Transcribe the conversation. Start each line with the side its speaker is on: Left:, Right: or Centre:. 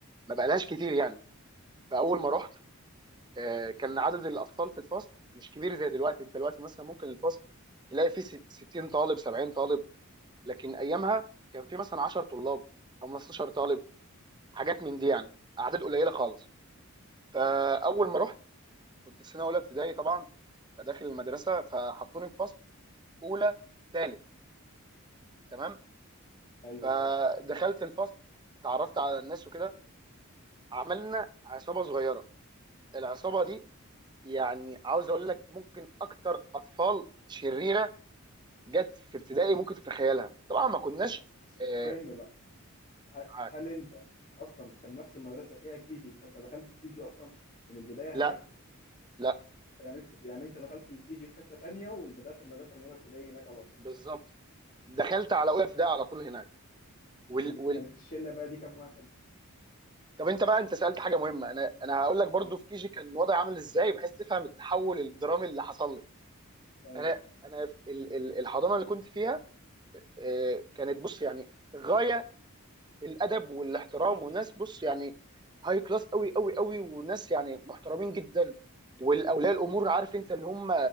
Right: ما بقالهاش كتير يعني. فاول ما رحت آه، كان عدد الاطفال في الفصل مش كبير زي دلوقتي انت دلوقتي مثلا ممكن الفصل تلاقي فيه س- 60 طالب 70 طالب لكن ايامها كان فيه مثلا 10 طلاب 15 طالب حاجات من دي يعني اعداد قليله خالص فاول
Left: ايوه
Right: ما رحت كنت في سنه اولى ابتدائي طبعا فداخل المدرسه فحطوني في فصل اولى ثالث تمام
Left: ايوه
Right: فدخلت
Left: اه سامع
Right: الفصل اتعرفت على الناس وكده عملنا عصابه صغيره العصابه دي يعني عاوز اقول لك ممكن اكتر اطفال شريره جت في ابتدائي ممكن تتخيلها طبعا ما كناش
Left: بس في سؤال
Right: آه،
Left: مهم بقى ه-
Right: معاك
Left: هل انت اصلا كان نفس المدرسه فيها كيجي فانت دخلت الكيجي اصلا من البدايه
Right: لا
Left: هناك
Right: لا
Left: يعني انت يعني انت دخلت الكي جي في حته تانية وبدات المدرسه من اولى ابتدائي هناك على طول
Right: بالظبط دخلت على
Left: تمام
Right: اولى ابتدائي على طول هناك وال...
Left: وكنت
Right: وال...
Left: كانت الشله بقى دي كام واحد
Right: طب انت بقى انت سالت حاجه مهمه انا انا هقول لك برضو
Left: م.
Right: في كيجي كان وضعي عامل ازاي بحيث تفهم التحول الدرامي اللي حصل لي
Left: ايوه
Right: انا انا ال... ال... الحضانه اللي كنت فيها آه، كانت بص يعني غايه بالادب والاحترام وناس بص يعني هاي كلاس قوي قوي قوي وناس يعني محترمين جدا والاولياء الامور عارف انت اللي هم